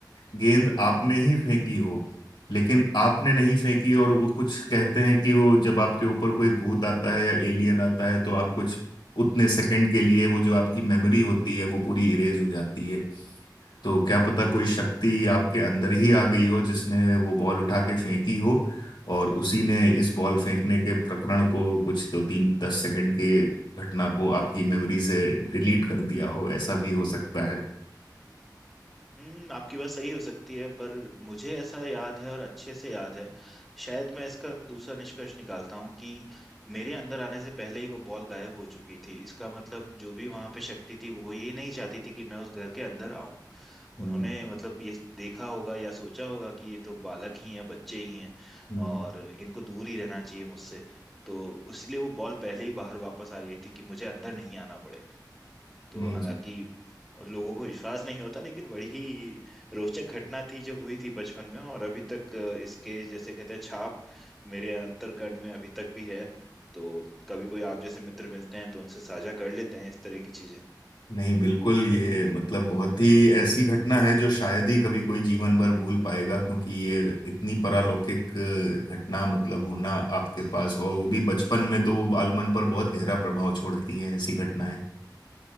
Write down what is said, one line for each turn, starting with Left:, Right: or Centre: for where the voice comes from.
Left: गेंद आपने ही फेंकी हो लेकिन आपने नहीं फेंकी और वो कुछ कहते हैं कि वो जब आपके ऊपर कोई भूत आता है या एलियन आता है तो आप कुछ उतने सेकंड के लिए वो जो आपकी मेमोरी होती है वो पूरी इरेज हो जाती है तो क्या पता कोई शक्ति आपके अंदर ही आ गई हो जिसने वो बॉल उठा के फेंकी हो और उसी ने इस बॉल फेंकने के प्रकरण को कुछ दो तीन दस सेकंड के घटना को आपकी मेमोरी से डिलीट कर दिया हो ऐसा भी हो सकता है
Centre: हम्म आपकी बात सही हो सकती है पर मुझे ऐसा याद है और अच्छे से याद है शायद मैं इसका दूसरा निष्कर्ष निकालता हूँ कि मेरे अंदर आने से पहले ही वो बॉल गायब हो चुकी थी इसका मतलब जो भी वहां पे शक्ति थी वो ये नहीं चाहती थी कि मैं उस घर के अंदर आऊं
Left: हम्म,
Centre: उन्होंने मतलब ये देखा होगा या सोचा होगा कि ये तो बालक ही हैं बच्चे ही हैं
Left: हम्म,
Centre: और इनको दूर ही रहना चाहिए मुझसे तो इसलिए वो बॉल पहले ही बाहर वापस आ गई थी कि मुझे अंदर नहीं आना पड़े तो
Left: नहीं
Centre: हालांकि
Left: जी
Centre: लोगों को विश्वास नहीं होता लेकिन बड़ी ही रोचक घटना थी जो हुई थी बचपन में और अभी तक अ, इसके जैसे कहते हैं छाप मेरे अंतर्कण में अभी तक भी है तो कभी कोई आप जैसे मित्र मिलते हैं तो उनसे साझा कर लेते हैं इस तरह की चीजें
Left: नहीं बिल्कुल ये मतलब बहुत ही ऐसी घटना है जो शायद ही कभी कोई जीवन भर भूल पाएगा क्योंकि ये इतनी पारलौकिक अ, घटना मतलब होना आपके पास और वो भी बचपन में तो वो बालमन पर बहुत गहरा प्रभाव छोड़ती हैं ऐसी घटनाएं